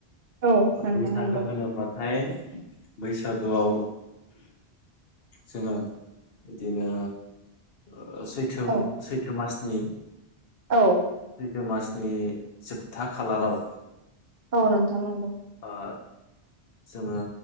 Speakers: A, on the right; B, on the left.
A: औ नोंथां
B: बैसागो
A: नंगौ
B: होनोब्लाथाय बैसागोआव जोङो बिदिनो ओ सै थोम
A: औ
B: सैथो मासनि।
A: औ।
B: सैथो मासनि जोबथा खालाराव।
A: औ नोंथां नंगौ।
B: ओ जोङो